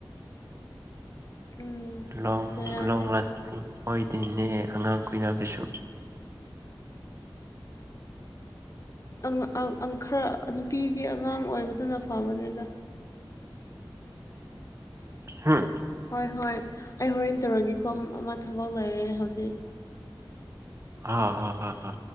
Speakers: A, on the left (about 40°); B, on the right (about 35°).
A: ꯎꯝ
B: ꯂꯣꯡ
A: ꯕꯦꯔꯥꯅꯤ
B: ꯂꯣꯡ ꯂꯥꯁꯇꯤꯡ ꯑꯣꯏꯗꯦꯅꯦ ꯑꯉꯥꯡ ꯀꯨꯏꯅꯕꯁꯨ
A: ꯎꯪ ꯑꯥ ꯑꯪ ꯈꯔ ꯅꯨꯄꯤꯗꯤ ꯑꯉꯥꯡ ꯑꯣꯏꯕꯗꯨꯅ ꯐꯕꯅꯦꯗ
B: ꯍꯪ
A: ꯍꯣꯏ ꯍꯣꯏ ꯑꯩ ꯍꯣꯔꯦꯟ ꯇꯧꯔꯒꯦꯀꯣ ꯑꯃ ꯊꯕꯛ ꯂꯩꯔꯦ ꯍꯧꯖꯤꯛ
B: ꯑ ꯍ ꯍ ꯍ